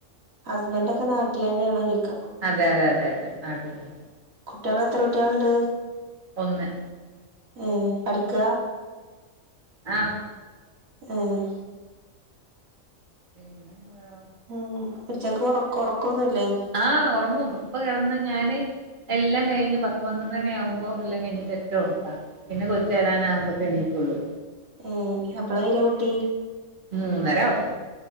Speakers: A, on the right; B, on the right.
A: ഹസ്ബന്റെക്കെ നാട്ടിലന്നേണോ ചോയിക്ക
B: അതെ അതെ അതെ അതെ നാട്ടിത്തന്നെ
A: കുട്ട്യേളെത്ര കുട്ട്യേള്ണ്ട്
B: ഒന്ന്
A: ഉം പഠിക്കുവാ
B: ആഹ്
A: ഉം
B: പിന്നെന്താ
A: ഉം ഉച്ചക്ക് ഒറക്കം ഒറക്കൊന്നുല്ലേ
B: ആഹ് ഒറങ്ങും ഇപ്പ കെടന്ന് ഞാന് എല്ലാം കഴിഞ്ഞ് പത്ത് പന്ത്രണ്ട് മണി ആകുമ്പോൾ എല്ലാം കഴിഞ്ഞിട്ട് ഒറ്റ ഒറക്കാ പിന്നെ കൊച്ച് വരാനാകുമ്പോക്കെ എണീക്കുള്ളൂ
A: ഉം എപ്പളാ വര്ക കുട്ടി
B: മൂന്നരാവും